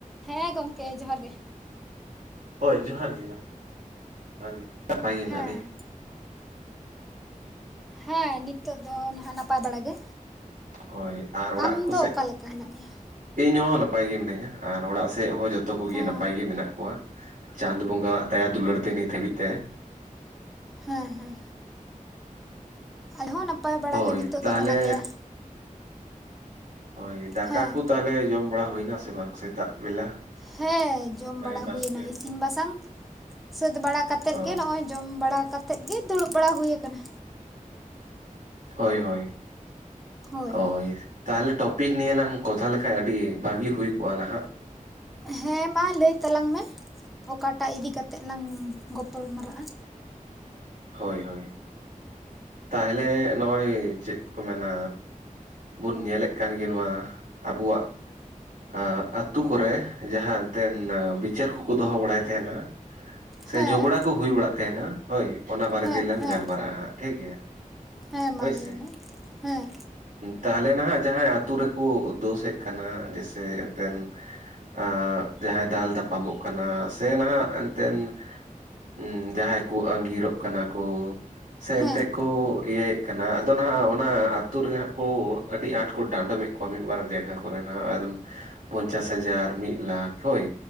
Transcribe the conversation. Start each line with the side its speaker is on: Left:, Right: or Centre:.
Centre: ᱦᱮᱸ ᱜᱚᱢᱠᱮ ᱡᱚᱦᱟᱨ ᱜᱮ᱾
Right: ᱦᱳᱭ ᱡᱚᱦᱟᱨ ᱜᱮ ᱡᱚᱦᱟᱨ ᱡᱚᱦᱟᱨ ᱜᱮ᱾ ᱱᱟᱯᱟᱭ ᱜᱮ ᱢᱮᱱᱟᱜ
Centre: ᱦᱮᱸ
Right: ᱢᱮᱭᱟ?
Centre: ᱦᱮᱸ ᱱᱤᱛᱚᱜ ᱫᱚ ᱱᱟᱦᱟᱸᱜ ᱱᱟᱯᱟᱭ ᱵᱟᱲᱟ ᱜᱮ᱾
Right: ᱦᱳᱭ ᱟᱨ ᱚᱲᱟᱜ
Centre: ᱟᱢ
Right: ᱠᱚᱥᱮᱫ
Centre: ᱫᱚ ᱚᱠᱟ ᱞᱮᱠᱟ ᱦᱮᱱᱟᱜ ᱢᱮᱭᱟ
Right: ᱤᱧ ᱦᱚᱸ ᱱᱟᱯᱟᱭ ᱜᱮ ᱢᱤᱱᱟᱹᱧ ᱧᱟ ᱟᱨ ᱚᱲᱟᱜ ᱥᱮᱫ ᱦᱚᱸ ᱡᱷᱚᱛᱚ ᱠᱚᱜᱮ
Centre: ᱚ
Right: ᱱᱟᱯᱟᱭ ᱜᱮ ᱢᱮᱱᱟᱜ ᱠᱚᱣᱟ᱾ ᱪᱟᱸᱫᱚ ᱵᱚᱸᱜᱟᱣᱟᱜ ᱫᱟᱭᱟ ᱫᱩᱞᱟᱹᱲ ᱛᱮ ᱱᱤᱛ ᱦᱟᱹᱵᱤᱡ ᱛᱮ᱾
Centre: ᱦᱮᱸ ᱦᱮᱸ ᱟᱞᱮᱦᱚᱸ ᱱᱟᱯᱟᱭ ᱵᱟᱲᱟ
Right: ᱦᱳᱭ
Centre: ᱜᱮ ᱱᱤᱛᱚᱜ
Right: ᱛᱟᱦᱚᱞᱮ
Centre: ᱫᱚ ᱢᱮᱱᱟᱜ ᱞᱮᱭᱟ᱾
Right: ᱦᱳᱭ ᱫᱟᱠᱟ
Centre: ᱦᱮᱸ
Right: ᱠᱚ ᱛᱟᱦᱚᱞᱮ ᱡᱚᱢ ᱵᱟᱲᱟ ᱦᱩᱭᱱᱟ ᱥᱮ ᱥᱮ ᱵᱟᱝ ᱥᱮᱛᱟᱜ ᱵᱮᱞᱟ?
Centre: ᱦᱮᱸ ᱡᱚᱢ
Right: ᱢᱟᱭ
Centre: ᱵᱟᱲᱟ
Right: ᱵᱟᱥᱠᱮᱭᱟᱜ
Centre: ᱦᱩᱭᱱᱟ ᱤᱥᱤᱱ
Right: ᱠᱚ
Centre: ᱵᱟᱥᱟᱝ ᱥᱟᱹᱛ ᱵᱟᱲᱟ ᱠᱟᱛᱮᱜ
Right: ᱚ
Centre: ᱜᱮ ᱱᱚᱸᱜ-ᱚᱭ ᱡᱚᱢ ᱵᱟᱲᱟ ᱠᱟᱛᱮᱫ ᱜᱮ ᱫᱩᱲᱩᱵ ᱵᱟᱲᱟ ᱦᱩᱭ ᱟᱠᱟᱱᱟ᱾
Right: ᱦᱳᱭ ᱦᱳᱭ
Centre: ᱦᱳᱭ
Right: ᱳᱭ ᱛᱟᱦᱚᱞᱮ ᱴᱚᱯᱤᱠ ᱱᱤᱭᱟᱹ ᱞᱟᱝ ᱠᱚᱛᱷᱟ ᱞᱮᱠᱟᱡ ᱟᱹᱰᱤ ᱵᱷᱟᱜᱤ ᱦᱩᱭ ᱠᱚᱜ-ᱟ ᱱᱟᱦᱟᱜ
Centre: ᱦᱮᱸ ᱢᱟ ᱞᱟᱹᱭ ᱛᱟᱞᱟᱝ ᱢᱮ ᱚᱠᱟᱴᱟᱜ ᱤᱫᱤ ᱠᱟᱛᱮᱫ ᱞᱟᱝ ᱜᱚᱯᱚᱞ ᱢᱟᱨᱟᱜ-ᱟ᱾
Right: ᱦᱳᱭ ᱦᱳᱭ ᱛᱟᱦᱚᱞᱮ ᱱᱚᱜ-ᱚᱭ ᱪᱮᱫ ᱠᱚ ᱢᱮᱱᱟ ᱵᱩᱱ ᱧᱮᱞᱮᱫ ᱠᱟᱱ ᱜᱮ ᱱᱚᱣᱟ ᱟᱵᱩᱣᱟᱜ ᱟᱸ ᱟᱹᱛᱩ ᱠᱚᱨᱮ ᱡᱟᱦᱟᱸ ᱮᱱᱛᱮᱱ ᱵᱤᱪᱟᱹᱨ ᱠᱩᱠᱩ ᱫᱚᱦᱚ ᱵᱟᱲᱟᱭ ᱛᱮᱦᱮᱱᱟ ᱥᱮ
Centre: ᱦᱮᱸ
Right: ᱡᱷᱚᱜᱽᱲᱟ ᱠᱩ ᱦᱩᱭ ᱵᱟᱲᱟᱜ ᱛᱮᱦᱮᱱᱟ ᱦᱳᱭ ᱚᱱᱟ ᱵᱟᱨᱮ
Centre: ᱦᱮᱸ
Right: ᱛᱮᱞᱟᱝ
Centre: ᱦᱮᱸ
Right: ᱜᱟᱞᱢᱟᱨᱟᱜ-ᱟ ᱦᱟᱸᱜ ᱴᱷᱤᱠ ᱜᱮᱭᱟ᱾
Centre: ᱦᱮᱸ ᱢᱟ
Right: ᱦᱳᱭ
Centre: ᱞᱟᱹᱭ
Right: ᱥᱮ
Centre: ᱢᱮ ᱦᱮᱸ
Right: ᱛᱟᱦᱚᱞᱮ ᱱᱟᱦᱟᱜ ᱡᱟᱦᱟᱸᱭ ᱟᱹᱛᱩ ᱨᱮᱠᱩ ᱫᱳᱥᱮᱫ ᱠᱟᱱᱟ ᱡᱮᱭᱥᱮ ᱮᱱᱛᱮᱱ ᱟᱸᱜ, ᱡᱟᱦᱟᱸᱭ ᱫᱟᱞ ᱛᱟᱯᱟᱢᱚᱜ ᱠᱟᱱᱟ ᱥᱮ ᱱᱟᱦᱟᱜ ᱮᱱᱛᱮᱱ ᱩᱸ ᱡᱟᱦᱟᱸᱭ ᱠᱩ ᱟᱺᱜᱤᱨᱚᱜ ᱠᱟᱱᱟ ᱠᱩ᱾ ᱥᱮ
Centre: ᱦᱮᱸ
Right: ᱮᱱᱛᱮᱜ ᱠᱩ ᱤᱭᱟᱹᱭᱮᱜ ᱠᱟᱱᱟ, ᱟᱫᱚ ᱱᱟᱦᱟᱜ ᱚᱱᱟ ᱟᱹᱛᱩ ᱨᱮ ᱦᱟᱸᱜ ᱠᱩ ᱟᱹᱰᱤ ᱟᱸᱴ ᱠᱚ ᱰᱟᱸᱰᱚᱢᱮᱜ ᱠᱚ ᱢᱤᱫ ᱵᱟᱨ ᱡᱟᱭᱜᱟ ᱠᱚᱨᱮᱱᱟᱜ ᱮᱠᱫᱚᱢ ᱯᱚᱧᱪᱟᱥ ᱦᱟᱡᱟᱨ ᱢᱤᱫ ᱞᱟᱠᱷ ᱦᱳᱭ᱾